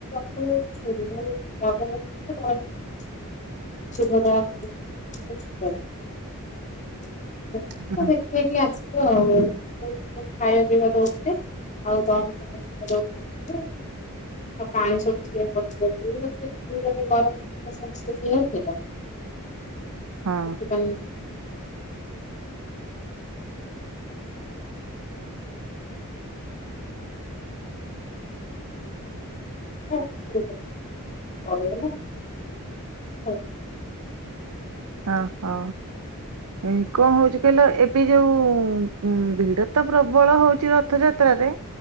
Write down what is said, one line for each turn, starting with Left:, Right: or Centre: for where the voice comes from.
Left: <inaudible> <unintelligible> ଦେଖିକି ଆସିଲୁ ଆଉ। ଖାଇବା ପିଇବା ଦୋଉଥିଲେ
Right: ହୁଁ
Left: ଆଉ ଦହି ପାଣି ଦୋଉଥିଲେ ଆଉ ପାଣି ସବୁ <inaudible> ଘର ଲୋକ ସେନ୍ସଲେସ ହେଇଯାଉଥିଲେ ତ।
Right: ହଁ
Left: ସେଥିପାଇଁ <inaudible> <inaudible> <inaudible>
Right: ହଁ ହଁ। ଏଇ କଣ ହୋଉଛିି କହିଲ ଏବେ ଯୋଉ ଭିଡତ ପ୍ରବଳ ହୋଉଚି ରଥଯାତ୍ରାରେ